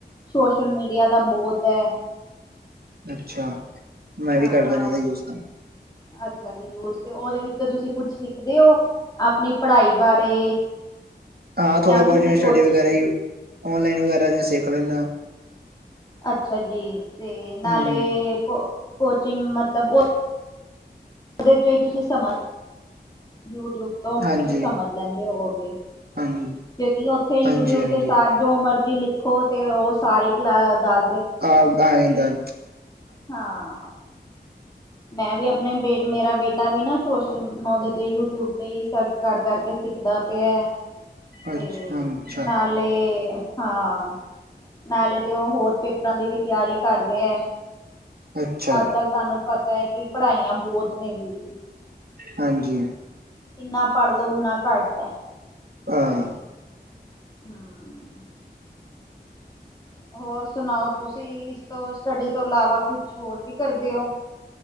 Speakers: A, on the left (about 20°); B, on the right (about 60°).
A: ਸੋਸ਼ਲ ਮੀਡੀਆ ਦਾ ਬਹੁਤ ਹੈ,
B: ਅੱਛਾ, ਮੈਂ
A: ਹਾਂ
B: ਵੀ ਕਰਦਾ ਨਹੀਂ ਤਾਂ ਯੂਜ ਕਰ
A: ਅੱਛਾ ਜੀ ਯੂਸ ਤੇ ਉਹਦੇ ਵਿੱਚ, ਜਿੱਦਾ ਤੁਸੀ ਕੁੱਝ ਲਿਖਦੇ ਹੋ ਆਪਣੀ ਪੜ੍ਹਾਈ ਬਾਰੇ,
B: ਹਾਂ ਥੋੜਾ
A: ਜਾਂ
B: ਬਹੁਤਾ
A: ਕਿਸੇ
B: ਜਿਵੇ ਸਟੱਡੀ
A: ਕੋਚਿੰ
B: ਵਗੈਰਾ, ਹੀ ਔਨਲਾਈਨ ਵਗੈਰਾ ਜਿਵੇ ਸਿੱਖ ਲੈਂਦਾ।
A: ਅੱਛਾ ਜੀ ਤੇ ਨਾਲੇ
B: ਹਮ
A: ਕੋ ਕੋਚਿੰਗ ਮਤਲਬ ਬਹੁ, ਉਹਦੇ ਚ ਹੀ ਤੁਸੀਂ ਸਮਾਂ ਯੂਟਿਊਬ ਤੋਂ
B: ਹਾਂਜੀ
A: ਤੁਸੀਂ ਸਮਝ ਲੈਂਦੇ ਹੋਵੋਗੇ,
B: ਹਾਂਜੀ
A: ਕਿਉਂਕਿ ਉੱਥੇ ਯੂਟਿਊਬ
B: ਹਾਂਜੀ ਹਾਂਜੀ
A: ਤੇ ਸਾਰ ਜੋ ਮਰਜੀੀ ਲਿਖੋ ਤੇ ਉਹ ਸਾਰੀ ਕ ਦ
B: ਹਾਂ ਆਏਦਾ,
A: ਹਾਂ। ਮੈਂ ਵੀ ਆਪਣੇ ਬੇ ਮੇਰਾ ਬੇਟਾ ਵੀ ਨਾ ਸੋਸ਼ਲ ਮੁਦੇ ਤੇ ਯੂਟਿਊਬ ਤੇ ਹੀ ਸਰਚ, ਕਰ ਕਰਕੇ ਸਿੱਖਦਾ ਪਿਆ ਤੇ
B: ਅੱਛਾ
A: ਨਾਲ,
B: ਅੱਛਾ
A: ਨਾਲੇ ਹਾਂ ਨਾਲੇ ਤੇ ਉਹ ਹੋਰ ਪੇਪਰਾਂ ਦੀ ਵੀ ਤਿਆਰੀ ਕਰ ਰਿਹਾ ਹੈ।
B: ਅੱਛਾ
A: ਅੱਜ ਕੱਲ੍ਹ ਤੁਹਾਨੂੰ ਪਤਾ ਹੈ ਕਿ ਪੜ੍ਹਾਈਆਂ ਬਹੁਤ ਨੇ ਵੀ।
B: ਹਾਂਜੀ।
A: ਜਿੰਨਾ ਪੜ੍ਹ ਲੋ ਓਨਾ ਘੱਟ ਆ,
B: ਹਾਂ,
A: ਹਮ ਹੋਰ ਸੁਣਾਓ ਤੁਸੀਂ ਇਸ ਤੋਂ ਸਟੱਡੀ ਤੋਂ ਇਲਾਵਾ ਕੁਛ ਹੋਰ ਵੀ ਕਰਦੇ ਹੋ।